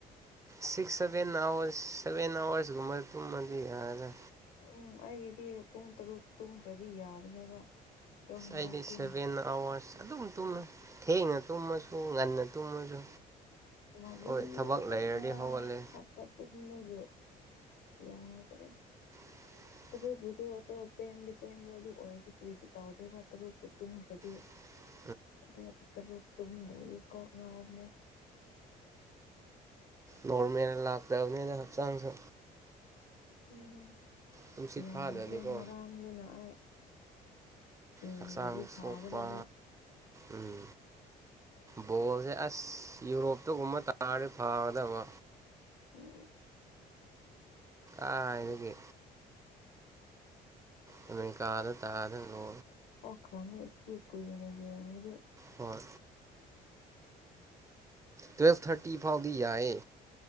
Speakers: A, on the right; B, on the left.
A: six seven hours seven hours ꯒꯨꯝꯕ ꯇꯨꯝꯔꯗꯤ ꯌꯥꯔꯦꯗ
B: ꯎꯝ ꯑꯩꯒꯤꯗꯤ ꯄꯨꯡ ꯇꯔꯨꯛ ꯇꯨꯡꯈ꯭ꯔꯗꯤ ꯌꯥꯕꯅꯦꯕ ꯑꯗꯣ ꯍꯟꯗꯛꯇꯤ
A: ꯑꯩꯗꯤ ꯁꯚꯦꯟ ꯑꯋꯥꯔꯁ ꯑꯗꯨꯝ ꯇꯨꯝꯃꯦ ꯊꯦꯡꯅ ꯇꯨꯝꯃꯁꯨ ꯉꯟꯅ ꯇꯨꯝꯃꯁꯨ
B: ꯃꯔꯤ
A: ꯍꯣꯏ ꯊꯕꯛ
B: ꯃꯉꯥ
A: ꯂꯩꯔꯗꯤ ꯍꯧꯒꯠꯂꯦ
B: ꯈꯛ ꯇꯥ ꯇꯨꯝꯕꯒꯤ ꯌꯥꯗ꯭ꯔꯦ
A: <inaudible>
B: ꯇꯔꯨꯄꯨꯁꯨ ꯄꯦꯟꯗꯤ ꯄꯦꯟꯗꯤ ꯑꯗꯨ ꯑꯣꯏꯔꯁꯨ ꯀꯔꯤꯁꯨ ꯇꯧꯗꯦꯕ ꯇꯔꯨꯛꯄꯨ ꯇꯨꯝꯈ꯭ꯔꯗꯤ
A: <inaudible>
B: ꯑꯗꯨꯒ ꯇꯔꯨꯛ ꯇꯨꯝꯗ꯭ꯔꯗꯤ ꯀꯣꯛ ꯉꯥꯎꯕꯅꯦ
A: ꯅꯣꯔꯃꯦꯜ ꯂꯥꯛꯇꯕꯅꯤꯅ ꯍꯛꯆꯥꯡꯁꯨ
B: ꯃꯥꯅꯦ
A: ꯅꯨꯡꯁꯤꯠ
B: ꯌꯥꯗ꯭ꯔꯦ
A: ꯐꯥꯗ꯭ꯔꯗꯤꯀꯣ
B: ꯉꯔꯥꯡꯗꯅ ꯑꯩ ꯌꯦꯡꯗ꯭ꯔꯗꯤ
A: ꯍꯛꯆꯥꯡ
B: ꯐꯥꯒꯗꯕ
A: ꯁꯣꯛꯄ ꯎꯝ ꯕꯣꯜꯁꯦ ꯑꯁ ꯌꯨꯔꯣꯞꯇꯒꯨꯝꯕ ꯇꯥꯔꯗꯤ ꯐꯒꯗꯕ
B: ꯎꯝ
A: ꯑ ꯏ ꯀ ꯀꯥꯗ ꯇꯥꯗ ꯂ
B: ꯈꯪꯉ ꯑꯁꯤ ꯀꯨꯏꯅ ꯌꯦꯡꯉꯦ
A: ꯍꯣꯏ ꯇꯨꯋꯦꯜꯐ ꯊꯥꯔꯇꯤ ꯐꯥꯎꯗꯤ ꯌꯥꯌꯦ